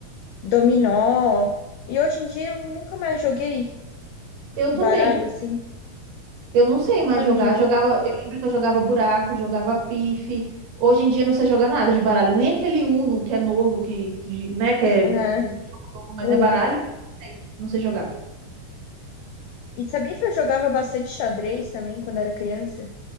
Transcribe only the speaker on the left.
dominó. E hoje em dia eu nunca mais joguei
baralho
assim.
E Eu
sabia.
Aham.
Uno.
E sabia que eu jogava bastante xadrez também quando era criança?